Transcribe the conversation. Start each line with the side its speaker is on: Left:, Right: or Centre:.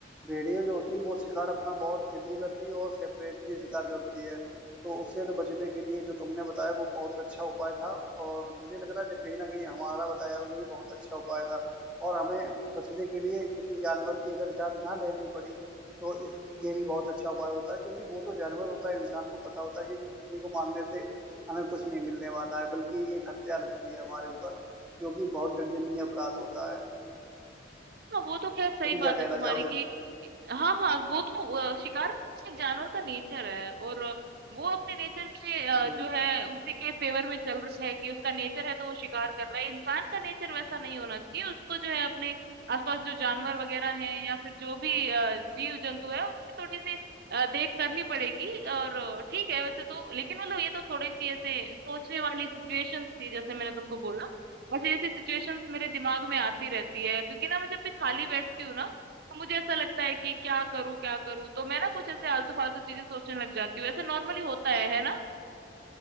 Centre: भेड़िया जो होती है वो शिकार अपना बहुत जल्दी करती है और सेपरेटली शिकार करती है तो उससे तो बचने के लिए जो तुमने बताया वो बहुत अच्छा उपाय था और मुझे लग रहा है कि कहीं ना कहीं हमारा बताया हुआ ये बहुत अच्छा उपाय था और हमें बचने के लिए किसी जानवर की अगर जान ना लेनी पड़ी तो इस ये भी बहुत अच्छा उपाय होता है क्योंकि वो तो जानवर होता है इंसान को पता होता है कि किसी को मारने से हमें कुछ नहीं मिलने वाला है बल्कि ये एक हत्या लगती है हमारे ऊपर जो कि बहुत दंडनीय अपराध होता है
Right: हाँ वो तो खैर सही
Centre: तुम
Right: बात
Centre: क्या
Right: है
Centre: कहना
Right: तुम्हारी
Centre: चाहोगे
Right: कि हाँ हाँ वो तो अ, शिकार करना एक जानवर का नेचर है और अ, वो अपने नेचर के
Centre: हम्म,
Right: अ, जो है उसी के फेवर में चल रहा है कि उसका नेचर है तो वो शिकार कर रहा है इंसान का नेचर वैसा नहीं होना चाहिए उसको जो है अपने आसपास जो जानवर वगैरह हैं या फिर जो भी अ, जीव जंतु है उनकी थोड़ी सी अ, देख करनी पड़ेगी और अ, ठीक है वैसे तो लेकिन मतलब ये तो थोड़ी सी ऐसे सोचने वाली सिचुएशन थी जैसे मैंने तुमको बोला वैसे ऐसी सिचुएशंस मेरे दिमाग में आती रहती है क्योंकि ना मैं जब भी खाली बैठती हूँ ना तो मुझे ऐसा लगता है कि क्या करूं क्या करूं तो मैं ना कुछ ऐसे आलतू फालतू चीजें सोचने लग जाती हूँ ऐसे नॉर्मली होता है है ना